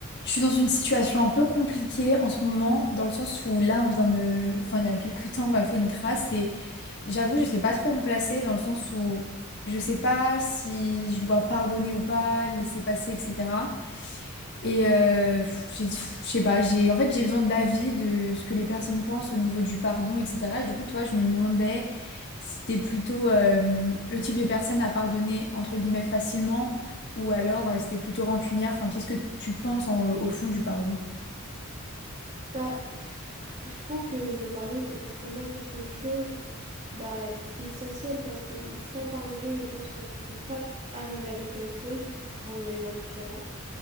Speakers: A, on the left (about 55°); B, on the right (about 35°).
A: Je suis dans une situation un peu compliquée en ce moment, dans le sens où là, on vient de... Enfin, il y a quelques temps, on m'a fait une crasse et j'avoue, je sais pas trop où me placer, dans le sens où je sais pas si je dois pardonner ou pas, laisser passer, etc. Et euh, pff, j'ai- pff, je sais pas, j'ai en fait j'ai besoin d'avis de ce que les personnes pensent au niveau du pardon, etc. Et du coup, toi, je me demandais si t'es plutôt euh, le type de personne à pardonner entre guillemets facilement ou alors euh, si t'es plutôt rancunière. Enfin, qu'est-ce que tu penses en- au fond du pardon?
B: Bah, pff, je trouve que le pardon, c'est forcément quelque chose bah, d'essentiel parce que sans pardonner, je pense que tu peux pas arriver à passer à autre chose quand il y a eu un différend.